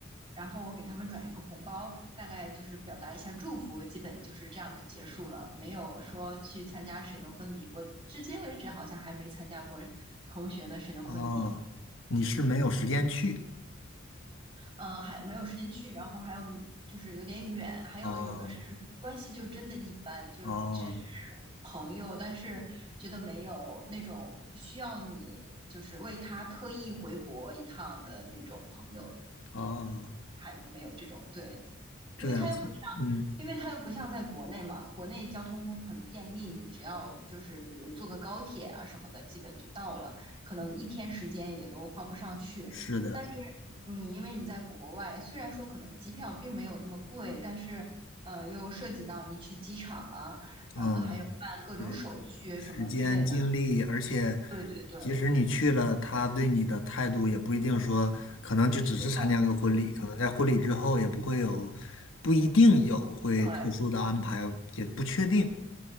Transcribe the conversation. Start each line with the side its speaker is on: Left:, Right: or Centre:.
Right: 然后我给他们转一个红包，大概就是表达一下祝福，基本就是这样就结束了，没有说去参加谁的婚礼。我至今为止好像还没参加过同学的谁的婚礼，
Left: 哦，你是没有时间去，
Right: 嗯嗯、呃还没有时间去，然后还有就是有点远，还有有的是关系就真的一般，
Left: 哦
Right: 就是只是
Left: 哦
Right: 朋友，但是觉得没有那种需要你就是为他特意回国一趟的那种朋友，
Left: 哦，
Right: 还没有这种对。因为他又不
Left: 这样子。嗯。
Right: 因为它又不像在国内嘛，国内交通很便利，你只要就是比如坐个高铁啊什么的，基本就到了，可能一天时间也都花不上去。
Left: 是的，
Right: 但是你因为你在国外，虽然说可能机票并没有那么贵，但是呃又涉及到你去机场啊，呃还有办各种手续什么之类的。
Left: 嗯，对，时间、精力，而且
Right: 对对对，
Left: 即使你去了，他对你的态度也不一定说，可能就只是参加个婚礼，
Right: 是的，
Left: 可能在婚礼之后也不会有，不一定有会特殊的安排，
Right: 对。
Left: 也不确定。